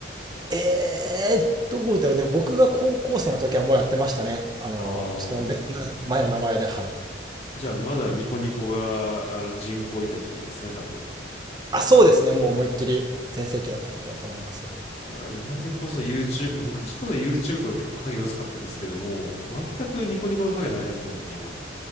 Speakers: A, on the right; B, on the left.
A: えー、どうだろうね、僕が高校生の時はもうやってましたね。あの、
B: ああー。
A: ちょっと別な前の名前で、はい。
B: じゃあ、まだニコニコが、あの、人口いた時期ですね、多分。
A: あ、そうですね、もう思いっきり全盛期だった時だと思います。
B: いや、今でこそ YouTube、昔こそ YouTube とか結構影薄かったですけども、全くニコニコの影ないですもんね、今。